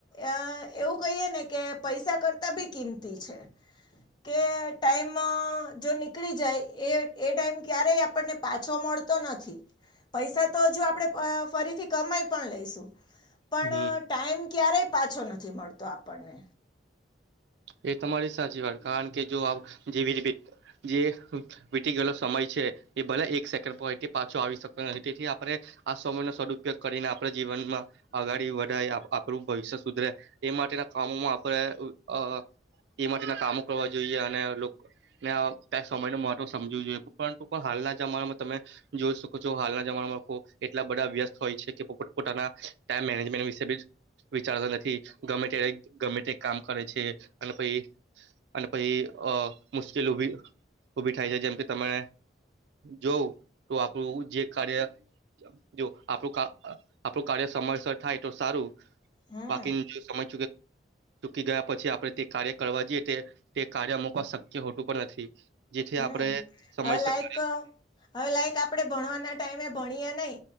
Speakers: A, on the left; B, on the right.
A: આ એવું કહીએ ને કે પૈસા કરતાં બી કિંમતી છે. કે ટાઈમ જો નીકળી જાય એ એ ટાઈમ ક્યારેય આપણને પાછો મળતો નથી પૈસા તો હજુ આપણે ફરીથી કમાઈ પણ લઈશું પણ
B: હમ
A: ટાઈમ ક્યારેય પાછો નથી મળતો આપણને
B: એ તમારી સાચી વાત કારણ કે જો જેવી જે વીતી ગયેલો સમય છે, એ ભલે એક સેકન્ડથી પાછો આવી શકતો નથી તેથી આપણે આ સમયનો સદુપયોગ કરીને આપણે જીવનમાં આગાડી વધાય આ આપણું ભવિષ્ય સુધરે એ માટેના કામોમાં આપણે અ એ માટેના કામો કરવા જોઈએ અને લો <unintelligible> સમયનું મહત્વ સમજુ જોઈએ પરંતુ પણ હાલના જમાનામાં તમે જોઈ શકો છો હાલના જમાનામાં કોક એટલા બધા વ્યસ્ત હોય છે, કે પોપટ પોતાના ટાઈમ મેનેજમેન્ટ વિશે બી વિચારતા નથી ગમે ત્યારે ગમે તે કામ કરે છે, અને પહી અને પહી અ મુશ્કિલ ઉભી ઉભી થાય છે, જેમ કે તમે જોઉં તો આપણું જે કાર્ય જો આપણું કા અ આપણું કાર્ય સમયસર થાય તો સારું
A: હમ્મ.
B: બાકી જે સમય <unintelligible> ગયા પછી આપડે તે કાર્ય કરવા જઈએ તે તે કાર્ય અમુકવા શક્ય હોતું પણ નથી જેથી
A: હમ્મ
B: આપણે સમય
A: હવે
B: શક
A: લાઈક હવે લાઈક આપણેે ભણવાના ટાઈમે ભણીએ નઈ